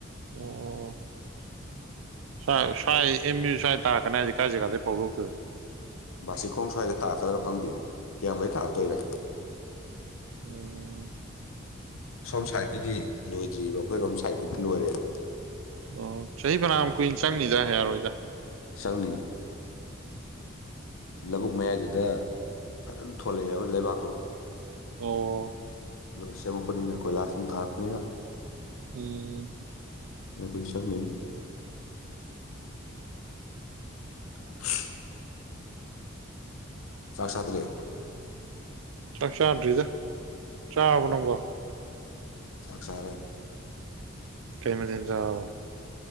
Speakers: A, on the right; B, on the left.
A: ꯑꯣ ꯁꯥꯋꯥꯏ ꯑꯦꯝ ꯃꯤꯌꯨ ꯁꯥꯏ ꯇꯥ ꯀꯅꯦ ꯍꯧꯖꯤ ꯀꯥ ꯖꯒꯥꯗꯤ ꯐꯧꯗꯧꯛꯇꯣ
B: ꯕꯥꯁꯤꯈꯣꯡ ꯁ꯭ꯋꯥꯏꯗ ꯇꯥꯛꯀꯗ꯭ꯔꯥ ꯐꯪꯗꯦꯅꯦ ꯀꯌꯥꯝ ꯃꯈꯩ ꯇꯥꯛꯔꯛꯇꯣꯏꯔ
A: ꯎꯝ
B: ꯁꯣꯝ ꯁꯥꯏꯠꯀꯤꯗꯤ ꯂꯣꯏꯗ꯭ꯔꯤꯕ ꯑꯩꯈꯣꯏꯔꯣꯝ ꯁꯥꯏꯠꯀꯤꯗꯤ ꯂꯣꯏꯔꯦꯕ
A: ꯑꯣ ꯆꯍꯤ ꯃꯔꯥꯃꯨꯛ ꯀꯨꯏꯅ ꯆꯪꯅꯤꯗ ꯌꯥꯔꯣꯏꯗ
B: ꯆꯪꯉꯅꯤ ꯂꯧꯕꯨꯛ ꯃꯌꯥꯏꯗꯨꯗ ꯐꯖꯅ ꯊꯣꯛꯂꯛꯑꯦ ꯍꯥꯏꯕ ꯂꯩꯕꯥꯛꯇꯣ
A: ꯑꯣ
B: ꯑꯗꯨꯒ ꯁꯦꯝꯃꯛꯄꯅꯤꯅ ꯀꯣꯏꯂꯥꯁ ꯅꯨꯡ ꯊꯥꯔꯛꯄꯅꯤꯅ
A: ꯎꯝ
B: ꯀ ꯁꯛꯅꯤ <inaudible> ꯁꯥꯁꯗ ꯂꯩ
A: ꯆꯥꯛ ꯆꯥꯗ꯭ꯔꯤꯗ ꯆꯥꯕ ꯅꯪꯕꯣ
B: ꯆꯪꯁꯔꯦ
A: ꯀꯩ ꯃꯊꯤꯟ ꯆꯕ